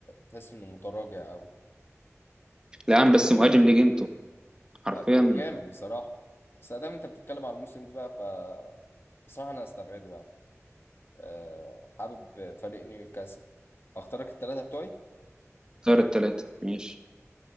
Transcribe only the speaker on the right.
لا يا عم بس مهاجم لجيمته حرفيا
صار الثلاثه ماشي